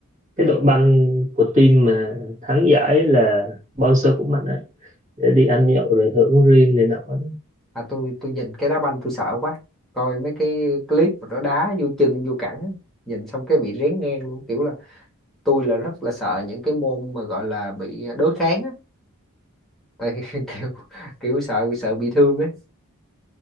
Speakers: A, on the right; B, in the centre.
A: cái đội banh của team mà thắng giải là sponsor cũng mạnh á để đi ăn nhậu rồi hưởng riêng này nọ đó.
B: à, tôi tôi nhìn cái đá banh tôi sợ quá coi mấy cái clip mà nó đá vô chân vô cẳng á, nhìn xong cái bị rén ngang luôn kiểu là tôi là rất là sợ những cái môn mà gọi là bị đối kháng á tại <laughs> kiểu kiểu sợ sợ bị thương á